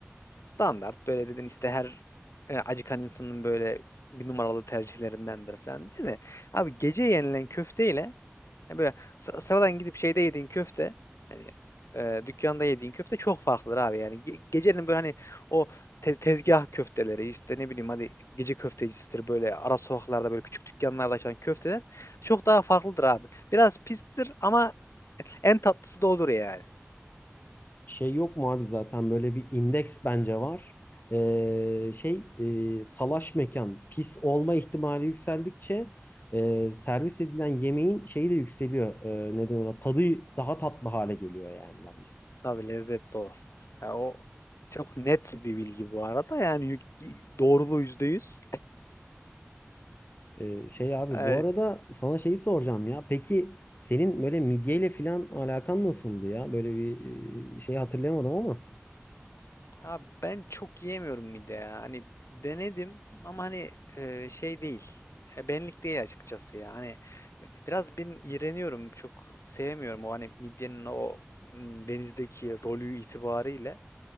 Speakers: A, on the left (about 75°); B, on the left (about 45°).
A: Standart böyle dedin işte her e, acıkan insanın böyle bir numaralı tercihlerindendir falan diye de. Abi gece yenilen köfteyle yani böyle sı- sıradan gidip şeyde yediğin köfte hani e, dükkanda yediğin köfte çok farklıdır abi yani. Ge- gecenin böyle hani o te- tezgah köfteleri işte ne bileyim hadi gece köftecisidir böyle ara sokaklarda böyle küçük dükkanlarda açan köfteler çok daha farklıdır abi. Biraz pistir ama en tatlısı da olur yani.
B: Şey yok mu abi zaten böyle bir indeks bence var. Ee, şey e, salaş mekan pis olma ihtimali yükseldikçe e, servis edilen yemeğin şeyi de yükseliyor. E, neden ona tadı daha tatlı hale geliyor yani bence.
A: Tabii lezzetli olur. Yani o çok net bir bilgi bu arada yani yük- doğruluğu yüzde yüz.
B: Ee, şey abi
A: E,
B: bu arada sana şeyi soracağım ya. Peki senin böyle midyeyle filan alakan nasıldı ya? Böyle bir e, şey hatırlayamadım ama.
A: Abi ben çok yiyemiyorum mide ya. Hani denedim ama hani e, şey değil. E, benlik değil açıkçası ya. Hani biraz ben iğreniyorum. Çok sevmiyorum o hani midyenin o m, denizdeki rolü itibariyle.